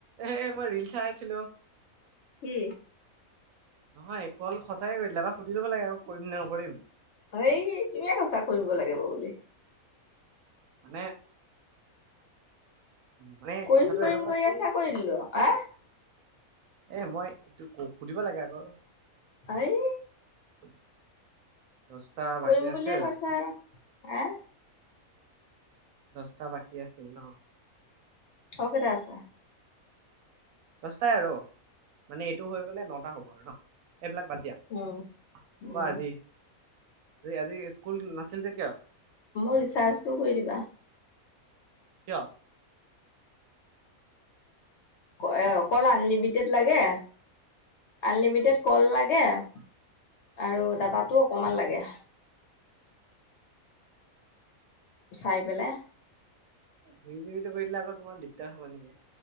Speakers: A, on the right; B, on the left.
A: এহহে মই ৰীল চাই আছিলোঁ।
B: কি
A: নহয় কল সঁচাকে কৰি দিলা ন? সুধি লব লাগে আকৌ কৰিম নে নকৰিম।
B: হেই তুমি কৈছা কৰিব লাগিব বুলি।
A: মানে মানে
B: কৰিম
A: কথাটো
B: কৰিম
A: এনেকুৱা
B: কৰি
A: কি
B: আছা কৰি দিলো আহৰ
A: এ মই, এইটো সুধিব লাগে আকৌ।
B: আই।
A: <inaudible> বাকী
B: কৰিম
A: আছিল
B: বুলিয়ে কৈছা! হা
A: দছটা বাকী আছিল ন?
B: আৰু কেটা আছে?
A: দচটাই আৰু। মানে এইটো হৈ গলে নটা হব আৰু ন? এইবিলাক বাদ দিয়া। কোৱা
B: উম উম
A: আজি আজি স্কুল নাছিল যে কিয়?
B: মোৰ ৰিচাৰ্জটো কৰি দিবা।
A: কিয়?
B: ক কল আনলিমিটেড লাগে আনলিমিটেড কল লাগে এ আৰু
A: উম,
B: দাটাতো অকনমান লাগে। চাই পেলাই
A: এহ জুই জু <unintelligible> কৰি দিলে আকৌ তোমাৰ দিগদাৰ হ'ব নেকি